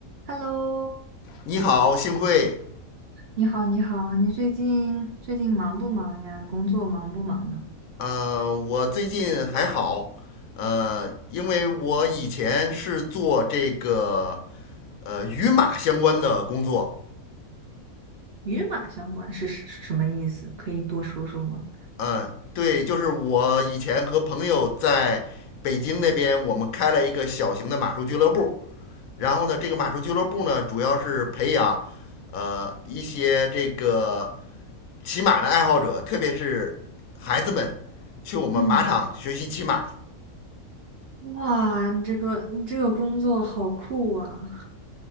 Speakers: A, on the right; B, on the left.
A: Hello，
B: 你好，幸会。
A: 你好，你好，你最近最近忙不忙呀？工作忙不忙呢？
B: 呃，我最近还好，呃，因为我以前是做这个呃与马相关的工作。
A: 与马相关是什什么意思？可以多说说吗？
B: 嗯、对，就是我以前和朋友在北京那边，我们开了一个小型的马术俱乐部。然后呢，这个马术俱乐部呢，主要是培养呃一些这个骑马的爱好者，特别是孩子们去我们马场学习骑马。
A: 嗯，哇，你这个你这个工作好酷啊！